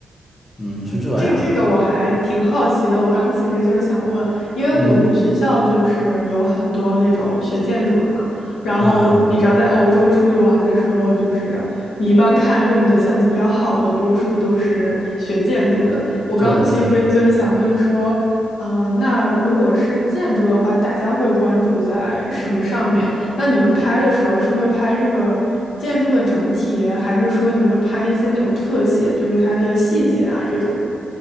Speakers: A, on the left; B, on the left.
A: 嗯，是这样，
B: 这这个我还挺好奇的，我刚其实就是想问，因为我们学校就是有很多那种学建筑的嘛，
A: 嗯
B: 然后你知道在欧洲出去玩的时候，
A: 啊啊，
B: 就是你一般看用的相机比较好的，多数都是学建筑的。我刚其实就是想问说，
A: 对对
B: 呃，那如果是建筑的话，大家会关注在什么上面？那你们拍的时候是会拍这个建筑的整体，还是说你会拍一些那种特写，就是它的细节啊这种？